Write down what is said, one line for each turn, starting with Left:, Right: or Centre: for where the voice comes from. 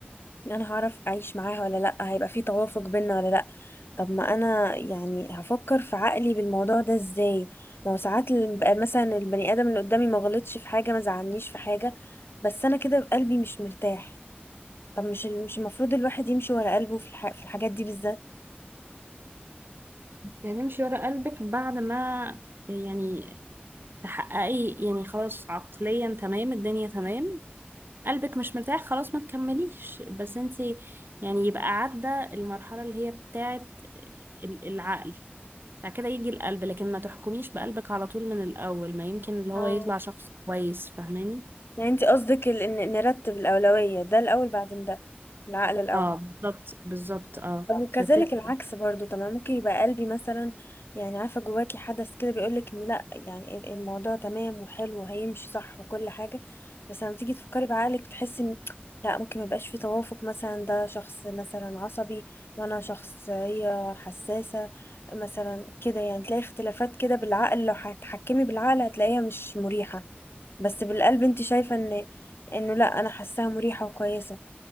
Left: انا هعرف اعيش معاها ولا لا هيبقى في توافق بينا ولا لا طب ما انا يعني هفكر في عقلي بالموضوع ده ازاي ما هو ساعات ال- بقى مثلا البني ادم اللي قدامي ما غلطش في حاجه ما زعلنيش في حاجه بس انا كده قلبي مش مرتاح طب مش ال- مش المفروض الواحد يمشي ورا قلبه في الح... في الحاجات دي بالذات
Right: يعني امشي ورا قلبك بعد ما يعني تحققي يعني خلاص عقليا تمام الدنيا تمام قلبك مش مرتاح خلاص ما تكمليش بس انت يعني يبقى عدى المرحلة اللي هي بتاعت ال- العقل بعد كده يجي القلب لكن ما تحكميش بقلبك على طول من الأول ما يمكن اللي هو
Left: اه
Right: يطلع شخص كويس فاهماني
Left: يعني انت قصدك ال- ان إن نرتب الاولويه ده الاول بعدين ده العقل الاول
Right: اه بالظبط بالظبط اه
Left: طب وكذلك
Right: ترتبي
Left: العكس برضو تمام ممكن يبقى قلبي مثلا يعني عارفه جواكي حدث كده بيقولك إن لا يعني ال- الموضوع تمام وحلو وهيمشي صح وكل حاجه بس لما تيجي تفكري بعقلك بتحسي ان لا ممكن ميبقاش في توافق مثلا ده شخص مثلا عصبي وانا شخصيه حساسه مثلا كده يعني تلاقي اختلافات كده بالعقل لو هتحكمي بالعقل هتلاقيها مش مريحه بس بالقلب انت شايفه ان انه لا انا حاساها مريحه وكويسه